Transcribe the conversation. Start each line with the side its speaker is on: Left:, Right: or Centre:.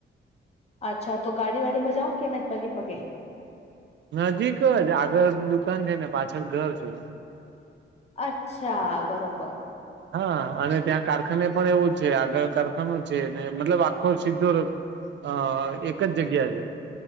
Left: અચ્છા તો ગાડી વાડીમાં જાઓ કેમે પગે પગે.
Right: નજીક જ આગળ દુકાન છે ને પાછળ ઘર છે.
Left: અચ્છા બરોબર.
Right: હા અને ત્યાં કારખાને પણ એવું છે આગળ કારખાનો છે મતલબ આખો સીધો હા એક જ જગ્યા છે.